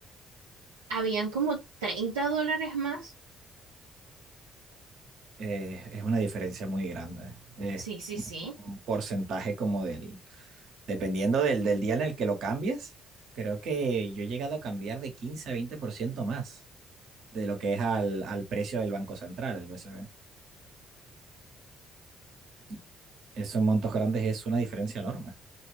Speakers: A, on the right; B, on the right.
A: habían como 30 dólares más.
B: Eh, es una diferencia muy grande. Es
A: Sí, sí, sí.
B: un porcentaje como del, dependiendo del, del día en el que lo cambies, creo que yo he llegado a cambiar de 15 a 20% más de lo que es al, al precio del Banco Central, el BCB. Y Esos montos grandes es una diferencia enorme.